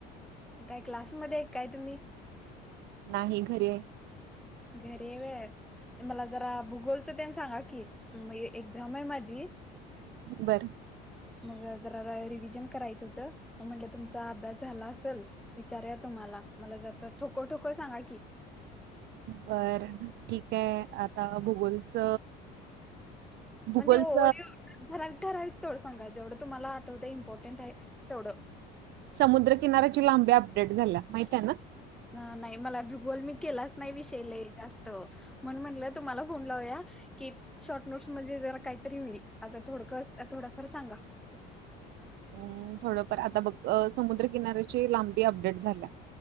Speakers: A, in the centre; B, on the right.
A: काय क्लासमध्ये हाय काय तुम्ही??
B: नाही घरी हाय.
A: घरी आहे व्हय मला जरा भूगोलचं तेन सांगा की एक्साम हाय माझी.
B: बरं..
A: मग जरा रिव्हजन करायचं होतं मग म्हंटलं तुमचा अभ्यास झाला असलं. विचारूया तुम्हाला मला जरासं ठोकोळ ठोकोळ सांगा की.
B: बरं ठीक आहे आता भूगोलच भूगोलच
A: म्हणजे ओवर <unintelligible> ठरावीक ठराविक तेवढंच सांगा जेवढं तुम्हाला आठवतयं इम्पॉर्टंट हाय तेवढं.
B: समुद्रकिनाऱ्याची लांबी अपडेट झाल्या माहितीये ना.
A: नाही मला भूगोल मी केलाच नाही विषय लई जास्त म्हणुन म्हटलं तुम्हाला फोन लावूया. की शॉर्ट नोट्स म्हणजे जरा कायतरी व्हील आता थोडक थोडंफार सांगा.
B: हम्म थोडफार आता बघ समुद्रकिनाऱ्याची लांबी अपडेट झाल्या.